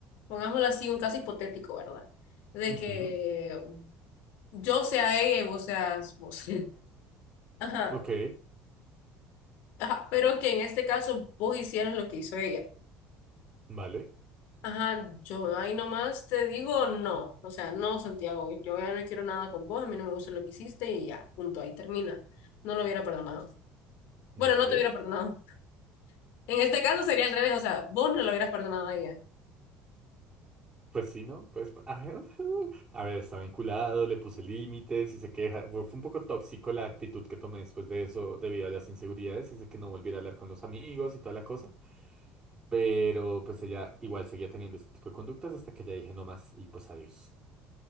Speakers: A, on the left; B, on the right.
A: pongámoslo así, un caso hipotético, ¿verdad? De
B: Ujú.
A: que yo sea ella y vos seas vos. <laughs> Ajá.
B: Ok,
A: Ajá, pero que en este caso vos hicieras lo que hizo ella.
B: vale,
A: Ajá, yo ahí nomás te digo no. O sea, no, Santiago, yo ya no quiero nada con vos, a mí no me gusta lo que hiciste y ya, punto, ahí termina. No lo hubiera perdonado. Bueno,
B: vale.
A: no te hubiera perdonado. En este caso sería al revés, o sea, vos no lo hubieras perdonado a ella.
B: Pues sí, ¿no? Pues, <laughs> ay, a ver, estaba vinculado, le puse límites y sé que dejara- fue fue un poco tóxico la actitud que tomé después de eso debido a las inseguridades y sé que no volviera a hablar con los amigos y toda la cosa, pero pues ella igual seguía teniendo este tipo de conductas hasta que ya dije no más y pues adiós.